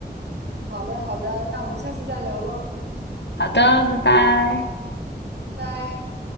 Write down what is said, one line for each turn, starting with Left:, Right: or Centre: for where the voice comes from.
Right: 好的，好的，那我们下次再聊喽，
Left: 好的，拜拜。
Right: 拜拜。